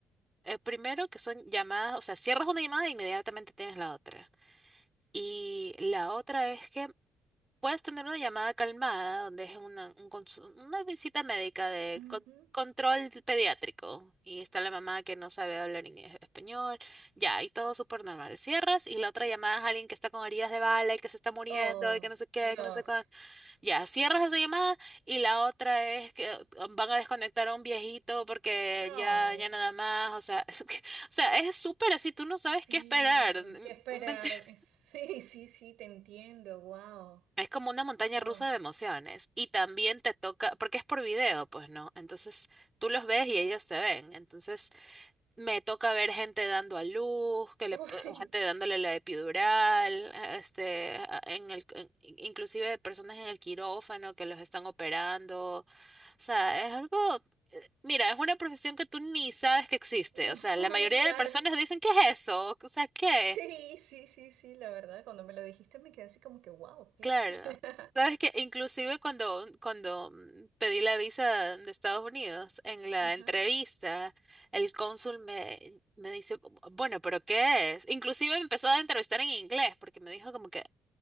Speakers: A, on the right; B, on the right.
A: eh, primero que son llamadas, o sea, cierras una llamada e inmediatamente tienes la otra. Y la otra es que puedes tener una llamada calmada, donde es una, un consu- una visita médica de
B: Ujú.
A: con- control pediátrico y está la mamá que no sabe hablar en español, ya, y todo súper normal. Cierras y la otra llamada es alguien que está con heridas de bala y que se está muriendo
B: Oh,
A: y que no sé qué,
B: Dios.
A: que no sé qué. Ya, cierras esa llamada y la otra es que eh, van a desconectar a un viejito porque
B: Ay,
A: ya, ya nada más, o sea, <laughs> es que- o sea, es súper así, tú no sabes
B: sí,
A: qué esperar. n- n-
B: qué esperar.
A: <laughs>
B: <laughs> Sí, sí, sí, te entiendo. Wow.
A: Es como una montaña
B: Wow.
A: rusa de emociones y también te toca, porque es por video, pues, ¿no? Entonces tú los ves y ellos te ven, entonces Me toca ver gente dando a luz, que le,
B: Uy,
A: pu- gente dándole la epidural, este, a- en el, en- inclusive de personas en el quirófano que los están operando. O sea, es algo, eh, mira, es una profesión que tú ni sabes que existe.
B: <laughs>
A: O sea, la
B: no,
A: mayoría
B: claro.
A: de personas dicen, ¿qué es eso? O sea, ¿qué?
B: Sí, sí, sí, sí, la verdad. Cuando me lo dijiste me quedé así como que, wow, ¿qué?
A: Claro.
B: <laughs>
A: Sabes que inclusive cuando, cuando mm, pedí la visa de Estados Unidos, en la
B: Ajá.
A: entrevista, el cónsul me, me dice, "Bu- bueno, pero ¿qué es? Inclusive me empezó a entrevistar en inglés porque me dijo como que,